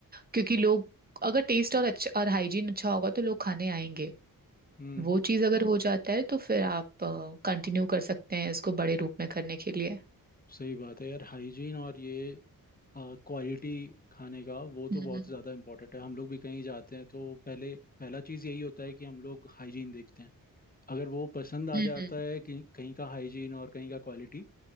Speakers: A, on the right; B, on the left.
A: क्योंकि लोग अगर टेस्ट और अच्छा और हाइजीन अच्छा होगा तो लोग खाने आएंगे
B: हम्म
A: वो चीज अगर हो जाता है तो फिर आप कंटिन्यू कर सकते हैं इसको बड़े रूप में करने के लिए
B: सही बात है यार हाइजीन और ये क्वालिटी खाने का वो तो
A: हम्म
B: बहुत
A: हम्म
B: ज़्यादा इम्पोर्टेंट है हम लोग भी कहीं जाते हैं तो पहले पहला चीज़ यही होता है कि हम लोग हाइजीन देखते हैं अगर वो पसंद आ
A: हम्म
B: जाता है कि कहीं का हाइजीन और कहीं का क्वालिटी